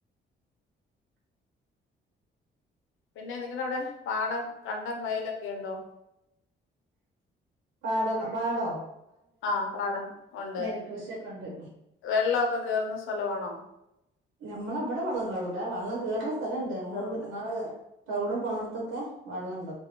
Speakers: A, on the left (about 85°); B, on the right (about 80°).
A: പിന്നെ നിങ്ങടെ അവിടെ പാടം കണ്ടം വയലൊക്കെ ഒണ്ടോ
B: പാടകം പാടോ
A: ആ പാടം ഒണ്ട്
B: നെൽകൃഷിയൊക്കെ ഉണ്ട്
A: വെള്ളോക്കെ കെറുന്ന സ്ഥലമാണോ
B: ഞമ്മള അവിടെ വെള്ളം കേറൂല വെള്ളം കേറുന്ന സ്ഥലണ്ട്
A: കേറൂല.
B: ഞങ്ങൾ തൗഡ് പോകത്തൊക്കെ വെള്ളെണ്ട്